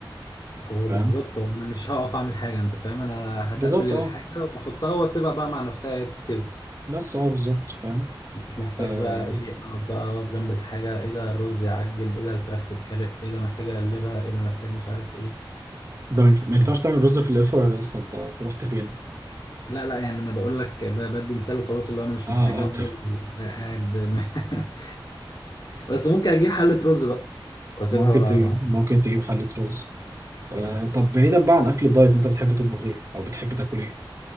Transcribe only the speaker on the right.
فاهم
بالظبط
اه
بس اه بالظبط فاهم
آه،
ده ما ينفع- ما ينفعش
تعمل رز في الاير فراير اصلا انت أنت رحت فين
اه
اه
ممكن تجيب
ممكن تجيب حلة رز آه
طب بعيدا بقى عن أكل الدايت أنت بتحب تطبخ إيه أو بتحب تاكل إيه